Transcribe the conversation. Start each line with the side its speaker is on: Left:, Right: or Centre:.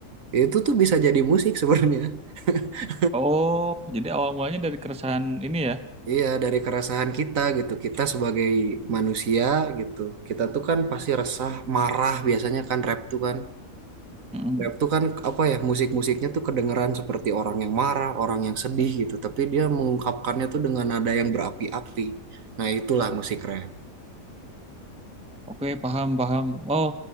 Right: Itu tuh bisa jadi musik sebenarnya. <laughs>
Centre: oh jadi awal mulanya dari keresahan ini ya
Right: Iya, dari keresahan kita gitu. Kita sebagai manusia gitu. Kita tuh kan pasti resah, marah biasanya kan rap tuh kan.
Centre: Hmm.
Right: Rap tuh kan apa ya, musik-musiknya tuh kedengeran seperti orang yang marah, orang yang sedih gitu. Tapi dia mengungkapkannya tuh dengan nada yang berapi-api. Nah, itulah musik rap.
Centre: oke paham paham oh